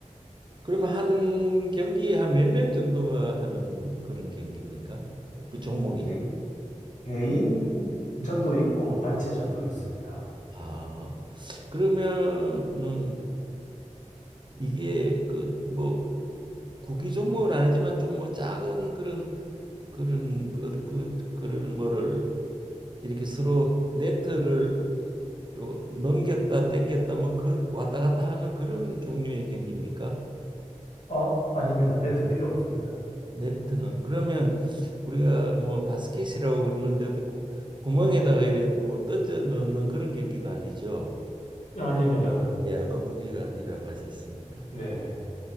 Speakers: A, on the right (about 35°); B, on the left (about 70°).
A: 그러면 한 경기에 한 몇 명 정도가 하는 그런 경기입니까? 그 종목이
B: 이게 개인전도 있고 단체전도 있습니다.
A: 아 그러면은 이게 그 뭐 구기 종목은 아니지만 좀 뭐 작은 그런 그런 그, 그 그를 뭐를 이렇게 서로 네트를 어, 넘겼다 땡겼다 뭐 그, 왔다 갔다 하는 그런 종류의 경기입니까?
B: 어, 아닙니다. 네트 필요 없습니다.
A: 네트는 그러면 우리가 뭐 바스켓이라고 그러는데 어때 구- 구멍에다가 이래 뭐 던져 넣는 그런 경기도 아니죠.
B: 아닙니다.
A: 예, 아까 구기가 아니라고 하셨으니까.
B: 네.